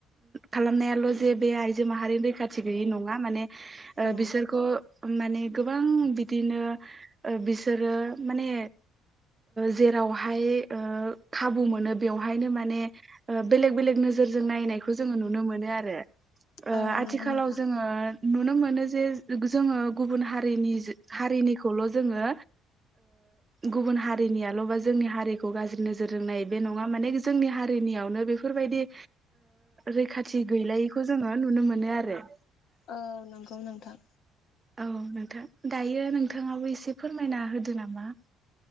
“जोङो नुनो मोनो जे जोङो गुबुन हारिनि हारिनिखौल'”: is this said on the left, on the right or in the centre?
Right